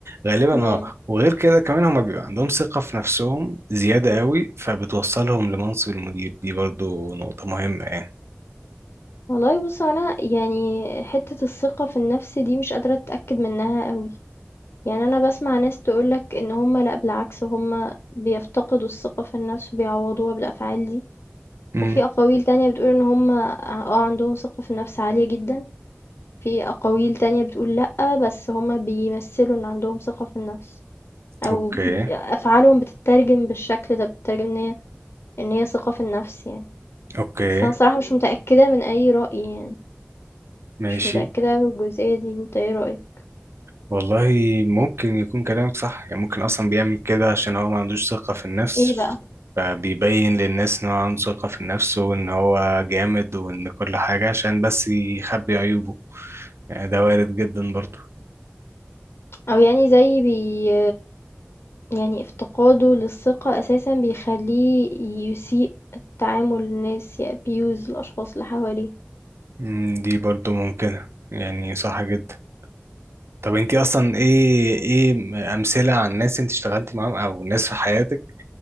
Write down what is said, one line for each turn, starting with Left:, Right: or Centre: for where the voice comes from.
Right: غالبا
Left: إمم.
Right: اه وغير كده كمان هما بيبقى عندهم ثقة في نفسهم زيادة قوي فبتوصلهم لمنصب المدير دي برضو نقطة مهمة يعني
Left: والله بُص، هو أنا يعني حتّة الثقة في النَفْس دي مش قادرة أتأكد منها أوي. يعني أنا باسمع ناس تقول لك إن هم لأ، بالعكس هم بيفتقدوا الثقة في النَفْس وبيعوّضوها بالأفعال دي،
Right: امم
Left: وفي أقاويل تانية بتقول إن هم آه، عندهم ثقة في النَفْس عالية جدًا، في أقاويل تانية بتقول لأ، بس هم بيمثّلوا إن عندهم ثقة في النَفْس. او
Right: اوكي
Left: ب- افعالهم بتترجم بالشكل ده بتترجم ان هي ان هي ثقة في النفس يعني
Right: اوكي
Left: بس انا صراحة مش متأكدة من اي رأي يعني
Right: ماشي
Left: مش متأكدة من الجزئية دي انت ايه رأيك
Right: والله ممكن يكون كلامك صح يعني ممكن اصلا بيعمل كده عشان هو ما عندوش ثقة في النفس
Left: ايه بقى
Right: فبيبين للناس ان هو عنده ثقة في النفس وان هو جامد وان كل حاجة عشان بس يخبي عيوبه يعني ده وارد جدا برضو
Left: او يعني زي بي يعني افتقاده للثقة اساسا بيخليه يسيء تعامل الناس يأبيوز الاشخاص اللي حواليه
Right: مم، دي برضو ممكنة يعني صح جدا طب انتي اصلا ايه
Left: مم.
Right: ايه امثلة عن ناس انت اشتغلتي معاهم او ناس في حياتك